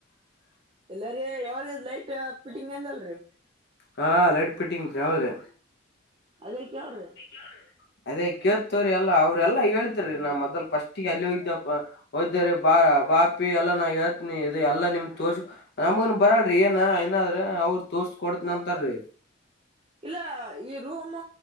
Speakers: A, on the right; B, on the left.
A: ಎಲ್ಲಾರಿೀಯ <unintelligible> ಯಾರ್ ಲೈಟ್ ಫಿಟಿಂಗ್ ಎಂದ ಅಲ್ರಿ
B: ಹಾ, ಲೈಟ್ ಪಿಟ್ಟಿಂಗ್ ಹಾ, ರಿ
A: ಅದೇ ಕೇಳ್ರಿ
B: <inaudible> ಅದೇ ಕೇಳ್ತ್ತೋರಿ ಎಲ್ಲ ಅವ್ರೆಲ್ಲಾ ಹೇಳಿದ್ರೀ ನಾ್ ಮೊದಲ್ ಫಸ್ಟ್ಗೆ ಅಲ್ಲಿ ಹೋಗ್ದ ಹೋದ್ದ್ರ ಬಾ ಬಾಪಿ ಎಲ್ಲಾ ನಾ ಹೇಳ್ತನಿ ಇದು ಎಲ್ಲ ನಿಮ ತೋರ್ಸಿ ನಮಗನ್ ಬರಲರಿ ಏನ ಏನಾದ್ರ ಅವ್ರ ತೋಸ್ ಕೊಡತ್ ನಂತರ ರೀ
A: ಇಲ್ಲ ಈ ರೂಮ್ಮ